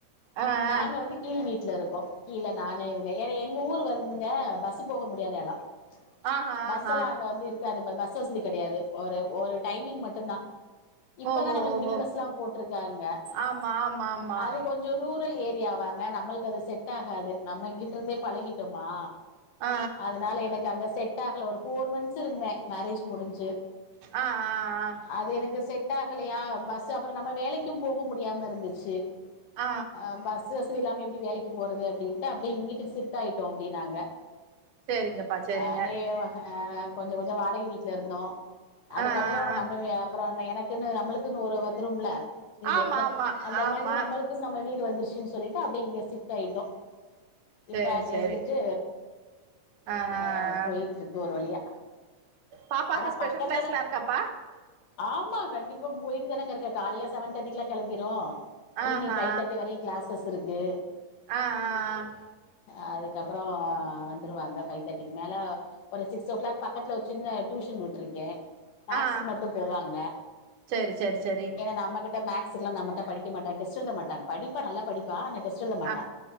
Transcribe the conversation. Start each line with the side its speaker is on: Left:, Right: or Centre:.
Right: ஆ
Left: நாங்க
Right: ஆ
Left: வந்து கீழ் வீட்ல இருக்கோ கீழ நானு இவங்க ஏன்னா எங்க ஊரு வந்துங்க பஸ் போக முடியாத எடம்
Right: ஆஹா
Left: பஸ்
Right: ஆஹா
Left: எல்லா அங்க வந்து இருக்காது பஸ் வசதி கெடையாது ஒரு ஒரு டைமிங் மட்டுந்தா இப்பதா
Right: ஓஹோ
Left: நம்பளுக்கு
Right: ஓஹோ
Left: மினி பஸ்ல்லா போட்ருக்காங்க
Right: ஆமா ஆமா ஆமா
Left: அது கொஞ்சோ ரூரல் ஏரியாவாங்க நம்மளுக்கு அது செட் ஆகாது நம்ம இங்கிட் இருந்தே பழகிட்டோமா
Right: ஆ ஆ
Left: அதனால எனக்கு அங்க செட் டாகல ஒரு ஃபோர் மந்த்ஸ் இருந்தே மேரேஜ் முடிஞ்சு
Right: ஆ ஆ ஆ ஆ
Left: அது எனக்கு செட் ஆகலையா பஸ் அப்புறோ நம்ப வேலைக்கு போக முடியாம இருந்துச்சி
Right: ஆ
Left: அ பஸ்சு வசதி இல்லாம எப்டி வேலைக்கு போறது அப்டின்ட்டு அப்டியே இங்கிட்டு ஷிப்ட் டாய்டோ அப்டியே நாங்க
Right: சேரிங்கப்பா சேரிங்க
Left: அப்டியே ஆ கொஞ்ச கொஞ்சோ வாடகை வீட்ல இருந்தோ அதுக்கப்றோ
Right: ஆ ஆ ஆ
Left: நம்மவே அ ப்றோ எனக்குன்னு நம்மளுக்குன்னு ஒரு வந்துரு மில்ல வீடு
Right: ஆமா ஆமா
Left: அந்த
Right: ஆமா
Left: மாறி நம்மளுக் இது நம்ம வீடு வந்துருச்சு சொல்லிட்டு அப்டியே இங்க ஷிப்ட் ஆயிட்டோ இப்ப
Right: சேரி
Left: அங்க
Right: சேரி
Left: இருந்துட்டு
Right: ஆ
Left: அ
Right: ஆ ஆ
Left: போயிட்ருக்கு ஒரு வழியா
Right: பாப்பாக்கு
Left: ஆனா
Right: ஸ்பெஷல்
Left: பக்கத்துல
Right: கிளாஸ்
Left: தான்
Right: எல்லா இருக்காப்பா
Left: ஆமா கண்டிப்பா போயிட்டு தானங்க இருக்கோ காலைல செவன் தேர்ட்டி எல்லா கிளம்பிரும்
Right: ஆஹா
Left: ஈவினிங் ஃபை தேர்ட்டி வரையு கிளாஸஸ் இருக்கு
Right: அ அ அ
Left: அதுக்கப்றோ அ வந்துடுவாங்க ஃபைவ் தேர்ட்டிக்கு மேல ஒரு சிக்ஸ் ஓ கிளாக் பக்கத்துல ஒரு சின்ன டியூஷன் உட்ருக்கே மேக்ஸ்க்கு
Right: ஆ ஆ ஆ
Left: மட்டு போவா அங்க
Right: சேரி சேரி சேரி
Left: ஏன்னா நம்மகிட்ட மேக்ஸ் லா நம்மகிட்ட படிக்க மாட்டா டெஸ்ட் எழுத மாட் டா படிப்பா நல்லா படிப்பா ஆனா டெஸ்ட் எழுத மாட்டா
Right: ஆ